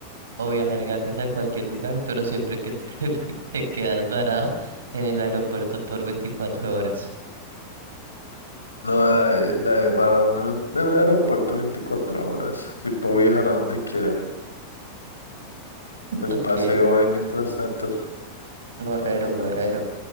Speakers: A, on the right; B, on the left.
A: o viajar gratis a cualquier lugar, pero siempre que te, <laughs> te quedas varado en el aeropuerto por veinticuatro horas. <laughs>
B: No, la de, la de menos en el aeropuerto 24 horas. Si puedo viajar a donde quiera. Pues
A: Ok.
B: paseo ahí mientras tanto.
A: Gorrero, gorrero.